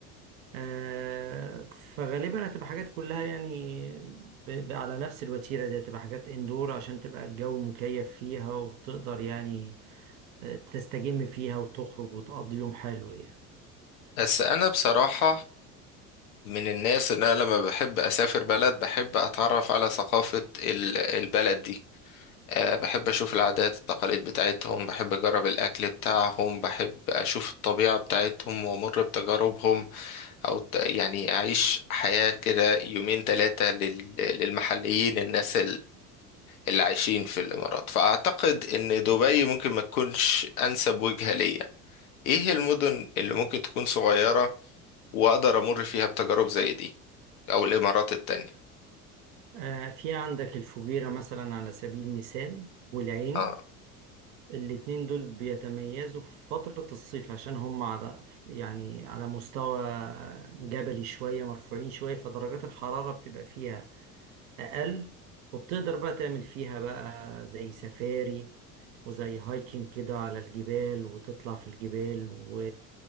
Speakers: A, on the right; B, on the left.
A: آه، فغالبا هتبقى حاجات كلها يعني ب- ب- على نفس الوتيرة دي هتبقى حاجات اندور عشان تبقى الجو مكيف فيها وتقدر يعني تستجم فيها وتخرج وتقضي يوم حلو يعني
B: بس انا بصراحة من الناس ان انا لما بحب اسافر بلد بحب اتعرف على ثقافة ال- البلد دي أه بحب اشوف العادات التقاليد بتاعتهم بحب اجرب الاكل بتاعهم بحب اشوف الطبيعة بتاعتهم وامر بتجاربهم او ت- يعني اعيش حياة كده يومين ثلاثة للمحليين الناس اللي عايشين في الإمارات فأعتقد إن دبي ممكن ما تكونش أنسب وجهة ليا إيه المدن اللي ممكن تكون صغيرة وأقدر أمر فيها بتجارب زي دي أو الإمارات التانية
A: آه، في عندك الفجيرة مثلا على سبيل المثال والعين
B: آه
A: الاتنين دول بيتميزوا في فترة الصيف عشان هم على يعني على مستوى جبلي شوية مرفوعين شوية فدرجات الحرارة بتبقى فيها اقل وبتقدر بقى تعمل فيها بقى زي سفاري وزي هايكنج كده على الجبال وتطلع في الجبال و...